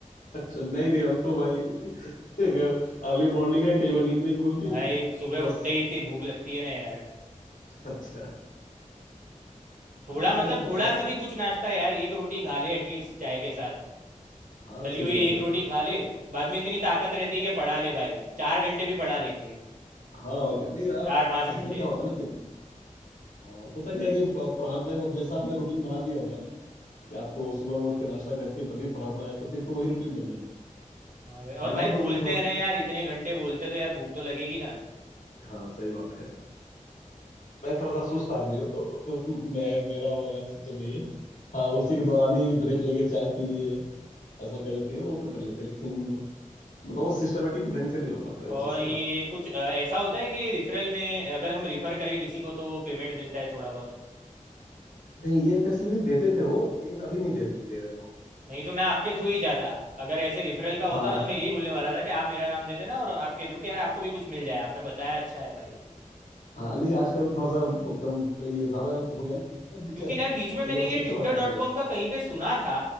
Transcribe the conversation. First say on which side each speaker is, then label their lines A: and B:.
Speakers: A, on the left (about 80°); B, on the right (about 75°).
A: अच्छा नहीं नहीं हम तो भाई <laughs> अर्ली मॉर्निंग है कई बार नींद नहीं खुलती
B: भाई सुबह
A: बस
B: उठते ही इतनी भूख लगती है ना यार
A: अच्छा
B: थोड़ा
A: हाँ नहीं
B: मतलब
A: अब
B: थोड़ा
A: आप
B: सा भी कुछ नाश्ता यार एक रोटी खा ले एटलीस्ट चाय के साथ
A: हाँ
B: तली
A: सही
B: हुई
A: बात
B: एक
A: है
B: रोटी खा ले बाद में इतनी ताकत रहती है कि पढ़ा ले भाई चार घंटे भी पढ़ा लेंगे
A: हाँ और क्या नहीं
B: <laughs>
A: अ,
B: चार पाँच घंटे
A: असल में क्या होता है ना कि हाँ, होता क्या है कि प- पढ़ाने में अब जैसा आपने रूटीन बना लिया होगा ना कि आपको सुबह में उठ के नाश्ता करके तभी पढ़ाना है तो फिर तो वही रूटीन बन जाता है
B: हाँ भाई और
A: हमारा
B: भाई बोलते
A: रूटीन थोड़ा
B: हैं
A: सा-
B: ना यार इतने घंटे बोलते तो यार भूख तो लगेगी ना
A: हाँ सही बात है मैं थोड़ा सा सुस्त आदमी हूँ तो <laughs> मैं मेरा वाला सिस्टम नहीं है हाँ उसी के दौरान ही ब्रेक लेके चाय पी लिए ऐसा कर लिए
B: हाँ भाई।
A: वो तो कर लेते हैं लेकिन मतलब वो सिस्टमेटिक ढंग से नहीं हो पाता है वो
B: और
A: चीज़
B: ये
A: का
B: कुछ अ, ऐसा होता है कि रिफरल में अगर हम रिफ़र करें किसी को तो पेमेंट मिलता है थोड़ा बहुत
A: नहीं ये फैसिलिटी देते थे वो लेकिन अभी नहीं दे, दे रहे वो
B: नहीं तो मैं आपके थ्रू ही जाता अगर ऐसे रिफरल का
A: हाँ
B: होता ना तो मैं यही बोलने वाला था कि आप मेरा नाम दे देना और आपके थ्रू कि यार आपको भी कुछ मिल जाए आपने बताया अच्छा है भाई
A: हाँ नहीं आजकल थोड़ा सा वो कम ये ज्यादा हो गया ना टीचर
B: क्योंकि यार बीच में
A: तभी
B: मैंने
A: वाला
B: ये
A: सिस्टम
B: ट्यूटर
A: हटा
B: डॉट
A: दिया
B: कॉम
A: वो।
B: का कहीं पे सुना था